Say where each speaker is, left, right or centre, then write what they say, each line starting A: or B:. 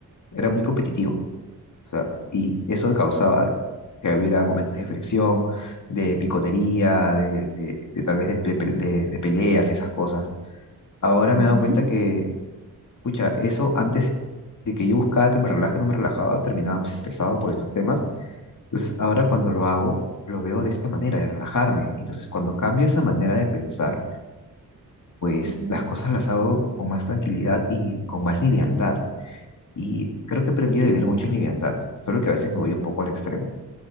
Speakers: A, on the left; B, on the right.
A: era muy competitivo o sea, y eso causaba que hubiera momentos de fricción, de piconería, de, de- de tal vez de, pe- pe- de- de peleas y esas cosas. Ahora
B: ujú,
A: me he dado cuenta que, escucha, eso antes de que yo buscaba que me relaje, no me relajaba, terminaba más estresado por estos temas. Entonces, ahora cuando lo hago, lo veo de esta manera, de relajarme. Entonces, cuando cambio esa manera de pensar, pues
B: ujú,
A: las cosas las hago con más tranquilidad y con más liviandad. Y creo que he aprendido
B: mm.
A: a vivir mucho en liviandad, solo que a veces me voy un poco al extremo.